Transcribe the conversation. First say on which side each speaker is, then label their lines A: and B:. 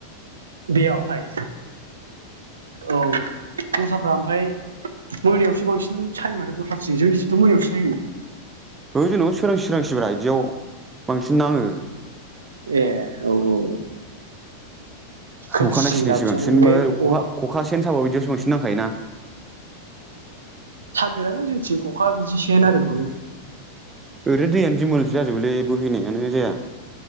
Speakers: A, on the right; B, on the right.
A: बेयावहाय औ। दस्राफ्रा ओमफ्राय मोनायावसो बांसिन सायो माथो दस्राथिं जोंनिसिंथ' मोनायावसो सायो।
B: औ जेनोबा सोरांसि सोरांसिब्रा इदियाव बांसिन नाङो।
A: ए औ औ। खोमसिजों
B: अखा नायसि नायसि
A: जाबजों
B: बांसिन
A: बे
B: बा
A: अ
B: खखा
A: ओ
B: खखा सेन साबाबो बिदियावसो बांसिन नांखायोना।
A: गैयालै जोंथिं खखा बिदि सेन नारिखौनो
B: ओरैनो दैयानो दिमोलसो जाजोबोलै बोहैनायानो जाया।